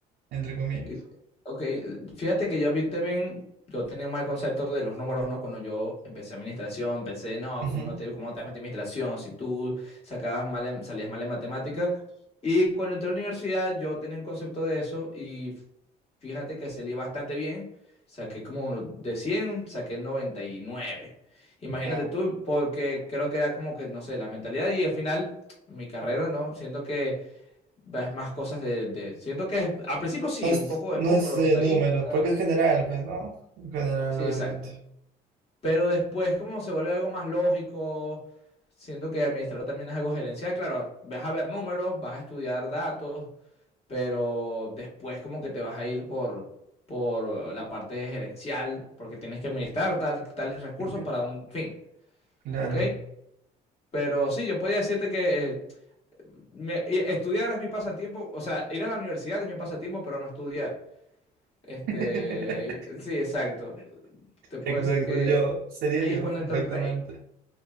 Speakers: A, on the right (about 75°); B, on the left (about 35°).
A: entre comillas.
B: Eh, Ok, fíjate que yo a mí también, yo tenía un mal concepto de los números, ¿no? Cuando yo empecé administración, pensé, no,
A: Ujú,
B: ¿cómo no te, cómo te vas a meter en administración si tú sacabas mal en- salías mal en matemáticas? Y cuando entré a la universidad, yo tenía un concepto de eso y fíjate que salí bastante bien, saqué como de 100 saqué noventa y nueve Imagínate
A: Ya.
B: tú, porque creo que era como que, no sé, la mentalidad y al final mi carrera, ¿no? Siendo que ves más cosas de, de- Siento que es- al principio sí,
A: No es,
B: un poco
A: no
B: de números,
A: es, eh,
B: estadísticas.
A: números, porque es general, pues, ¿no? General,
B: Sí,
A: obviamente.
B: exacto. Pero después como se vuelve algo más lógico, siento que administrar también es algo gerencial. Claro, vas a ver números, vas a estudiar datos, pero después como que te vas a ir por, por la parte gerencial, porque tienes que administrar tal- tales recursos
A: Ujú.
B: para un fin,
A: Claro.
B: ¿ok? Pero sí, yo podría decirte que eh, me- y- estudiar es mi pasatiempo, o sea, ir a la universidad es mi pasatiempo, pero no estudiar. Este,
A: <laughs>
B: ahí, sí, exacto. Te puedo
A: Exacto,
B: decir que
A: yo, sería
B: ahí
A: yo,
B: es cuando
A: perfectamente.
B: entra el play.